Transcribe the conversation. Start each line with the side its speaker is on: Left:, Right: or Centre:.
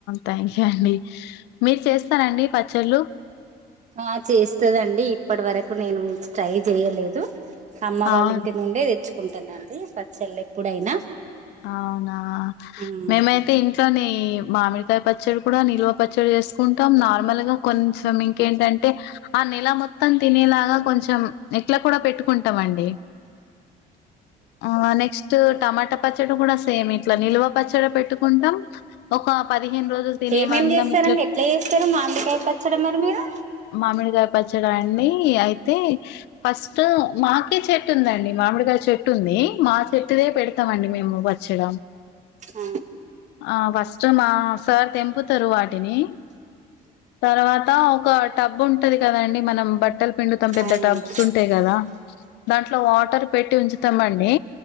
Left: థ్యాంక్యు అండి మీరు చేస్తరా అండి పచ్చళ్ళు
Right: హ చేస్తదండి ఇప్పటి వరకు నేను ట్రై జేయలేదు అమ్మ
Left: అవున్
Right: వాళ్ళ ఇంటి నుండే తెచ్చుకుంటానండి పచ్చళ్ళు ఎప్పుడైనా
Left: అవునా
Right: మ్మ్
Left: మేమైతే ఇంట్లోనే మామిడికాయ పచ్చడి కూడా నిల్వ పచ్చడి చేసుకుంటాం నార్మల్ గా కొంచెం ఇంకేంటంటే ఆ నెల మొత్తం తినేలాగా కొం చం నెక్లెట్ కూడ పెట్టుకుంటామండి ఆ నెక్స్ట్ టమాట పచ్చడ కూడా సేమ్ ఇట్ల నిల్వ పచ్చడ పెట్టు కుంటాం ఒక పదిహేను రోజులు తినేమందం
Right: ఏమేం చేస్తారండి
Left: ఇట్ల
Right: ఎట్లా చేస్తారు మామిడికాయ పచ్చడి మరి మీరు
Left: మామిడికాయ పచ్చడ అండి అయి తే ఫస్ట్ మాకే చెట్టు ఉందండి మామిడిగాయ చెట్టు ఉంది మా చెట్టుదే పెడతామండి మేము పచ్చడ
Right: హ
Left: ఆ ఫస్ట్ మా సార్ తెంపుతరు వాటిని తర్వాత ఒక టబ్ ఉంటది కదండి మనం బట్టలు పిండుతాం పెద్ద
Right: అవునండి
Left: టబ్స్ ఉంటాయి కదా దాంట్లో వాటర్ పెట్టి ఉంచుతమండి